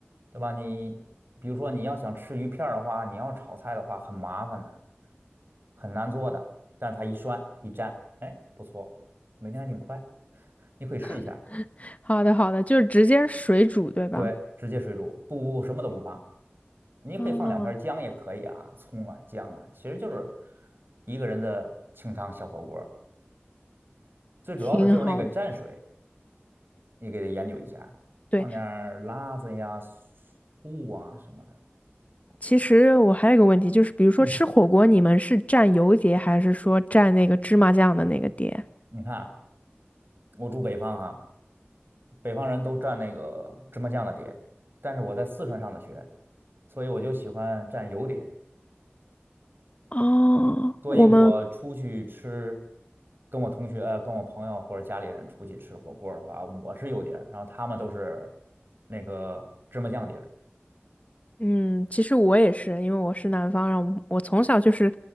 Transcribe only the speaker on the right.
对吧？你比如说你要想吃鱼片儿的话，你要炒菜的话很麻烦的，很难做的。但是它一涮一蘸，哎，不错，每天还挺快。你可以试一下，
对，直接水煮，不不什么都不放，你可以放两片儿姜也可以啊，
葱啊姜啊，其实就是一个人的清汤小火锅。最主要的就是那个蘸水，
你给它研究一下，
放点儿辣子呀、醋啊什么的。
嗯，
你看啊我住北方啊，北方人都蘸那个芝麻酱的碟，但是我在四川上的学，所以我就喜欢蘸油碟。
所以我出去吃，
跟我同学、呃、跟我朋友或者家里人出去吃火锅的话，我是油碟儿然后他们都是那个芝麻酱碟儿